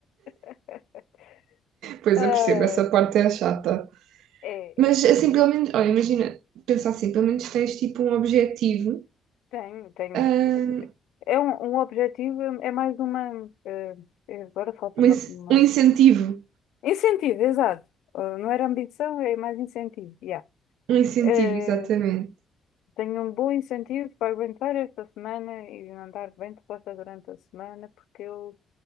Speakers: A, on the left (about 80°); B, on the right (about 80°).
A: <laughs>
B: Pois
A: Ah,
B: eu percebo, essa parte é chata.
A: é,
B: Mas
A: é chato.
B: assim, pelo menos, olha, imagina, pensar assim, pelo menos tens tipo um objetivo,
A: Tenho, tenho.
B: ahm,
A: É é um, um objetivo, é mais uma. eh, eh, agora falta
B: um,
A: uma,
B: ince-
A: uma-
B: um incentivo.
A: Incentivo, exato. Ah, não era ambição, é mais incentivo. Yeah.
B: Um incentivo,
A: Eh,
B: exatamente.
A: tenho um bom incentivo para aguentar esta semana e andar bem disposta durante a semana, porque eu,